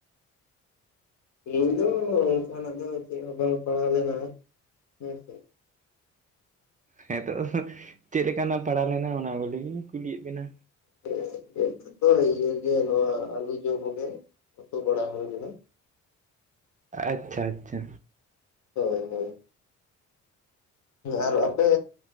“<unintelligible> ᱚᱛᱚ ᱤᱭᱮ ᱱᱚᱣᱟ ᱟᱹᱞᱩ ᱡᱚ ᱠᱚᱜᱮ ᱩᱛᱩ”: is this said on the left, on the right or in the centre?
Left